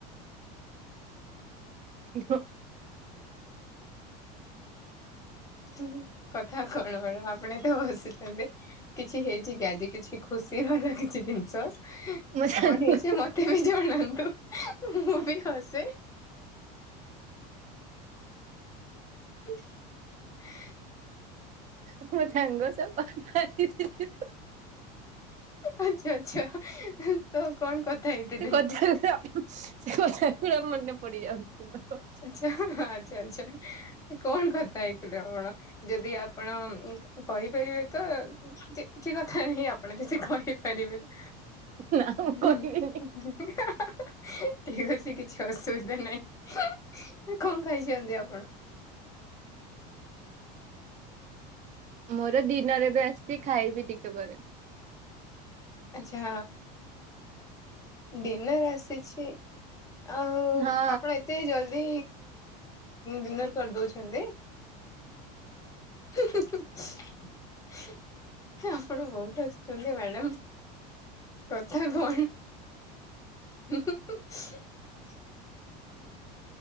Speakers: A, on the right; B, on the left.
A: ହଁ।
B: ହୁଁ। କଥା କଣ ମ୍ୟାଡ଼ାମ ଆପଣ ଏତେ ହସୁ ଚନ୍ତି। କିଛି ହେଇଚି କି ଆଜି କିଛି ଖୁସି ହେଲା କିଛି ଜିନି ଛ
A: ମୋ ସାଙ୍ଗ
B: କଣ ହେଇଚି ମତେ ବି ଜଣାନ୍ତୁ? ମୁଁ ବି ଖସି ସେ <unintelligible> <inaudible>
A: ମୁଁ ସାଙ୍ଗ ସହ କଥା ହେଇଥିଲି।
B: ଆଛା ଆଚ୍ଛା। ତ କଣ କଥା ହେଇଥିଲେ?
A: ସେ କଥା ଗୁରା <unintelligible> ମୋର।
B: ଆଛା ଆଛା ଆଚ୍ଛା। ତ କଣ କଥା ହେଇଥିଲ, ଯଦି ଆପଣ ଯଦି ଆପଣ କହିପାରିବେ ତ କିଛି କଥା ନାହିଁ, ଆପଣ ଯଦି କହିପାରିବେ ତ,
A: ନା ମୁଁ
B: ହୁଁ
A: କହିବିନି
B: ହୁଁ। ଠିକ ଅଛି କିଛି ଅସୁବିଧା ନାହିଁ। କଣ ଖାଇଚନ୍ତି ଆପଣ?
A: ମୋର ଡିିନର ଏବେ ଆସିଚି ଖାଇବି ଟିକେ ପରେ।
B: ଆଛା ଡିନର୍ ଆସିଛି। ଆଉ
A: ହଁ।
B: ଆପଣ ଏତେ ଜଲଦି ଡିିନର କରିଦଉଚନ୍ତି। <inaudible> ଆପଣ ବହୁତ ହସୁଚନ୍ତି ମ୍ୟାଡାମ। କଥା କଣ? <inaudible>